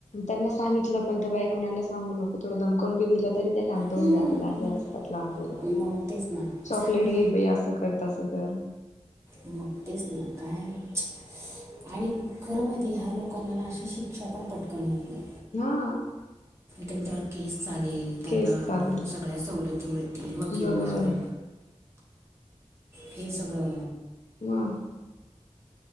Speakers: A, on the left; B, on the right.
A: त्यांना सांगित पण तर बाय कोणाला सांगु नको थोडं धमकवुन बी दिल शांत होऊन
B: हम्म,
A: जात
B: मग
A: असतात लहानपर
B: मग तेच ना
A: चॉकलेट
B: पण
A: घे अस करत अस तर
B: अन ऎंटिलेजेबल की ह्या लोकांना ना अशी शिक्षा पण पटकन होत नाही.
A: हा
B: त्यांच्यावर केस चालेल. त्यांना
A: केस चालेल
B: सगळ्या सवलती मिळतील वकील
A: बरोबर
B: मिळेल.
A: आहे
B: फी सगळं
A: हम